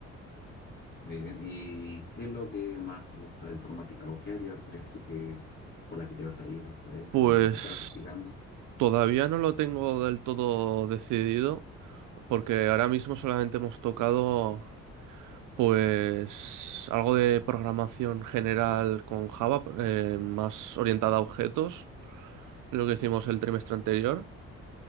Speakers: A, on the left; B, on the right.
A: Muy bien. ¿Y qué es lo que más te gusta de informática o qué área crees tú que por la que te vas a ir después?
B: Pues
A: O no sé si estarás practicando.
B: todavía no lo tengo del todo decidido porque ahora mismo solamente hemos tocado pues algo de programación general con Java, eh, más orientada a objetos, lo que hicimos el trimestre anterior.